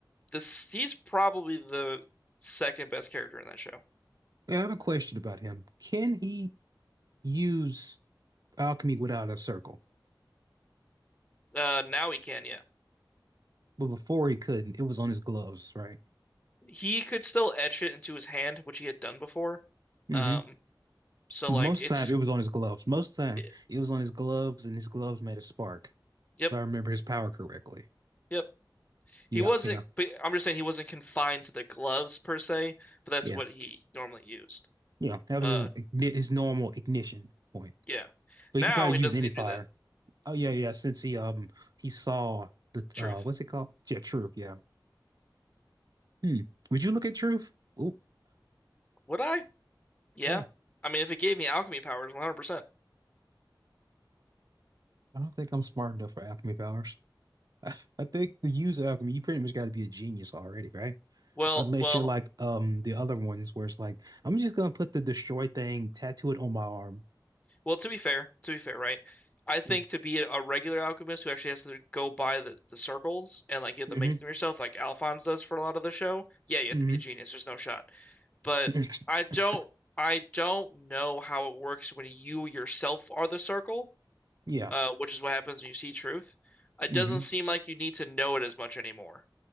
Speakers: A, on the left; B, on the right.
A: this he's probably the second best character in that show.
B: I have a question about him. Can he use alchemy without a circle?
A: Uh now he can, yeah.
B: But before he couldn't, it was on his gloves, right?
A: He could still etch it into his hand, which he had done before.
B: Hmm.
A: Um so
B: Most
A: like it's
B: time it was on his gloves. Most time
A: it-
B: it was on his gloves, and his gloves made a spark,
A: yep,
B: if I remember his power correctly.
A: yep.
B: Yeah,
A: He wasn't
B: yeah,
A: but I'm just saying he wasn't confined to the gloves per se, but that's
B: yeah,
A: what he normally used.
B: yeah. That was
A: Uh
B: his, igni- his normal ignition point.
A: yeah.
B: But
A: Now
B: he could probably
A: he
B: use
A: doesn't
B: any
A: need
B: fire.
A: to do that.
B: Oh yeah, yeah. Since he um he saw the
A: Truth.
B: uh what's it called? Yeah, truth. Yeah. Hmm. Would you look at truth? Oh
A: Would I? Yeah.
B: yeah.
A: I mean, if it gave me alchemy powers, 100%.
B: I don't think I'm smart enough for alchemy powers. <laughs> I think to use alchemy, you pretty much got to be a genius already, right?
A: Well,
B: Unless
A: well,
B: you're like um the other ones where it's like, I'm just gonna put the destroy thing, tattoo it on my arm.
A: well, to be fair, to be fair, right? I think
B: Yeah.
A: to be a regular alchemist who actually has to go by the, the circles and like you have
B: Mm-hmm.
A: to make them yourself, like Alphonse does for a lot of the show, yeah, you have
B: Mm-hmm.
A: to be a genius. There's no shot. But
B: <coughs>
A: I don't I don't know how it works when you yourself are the circle,
B: <laughs> Yeah.
A: uh, which is what happens when you see truth. It
B: Mm-hmm.
A: doesn't seem like you need to know it as much anymore,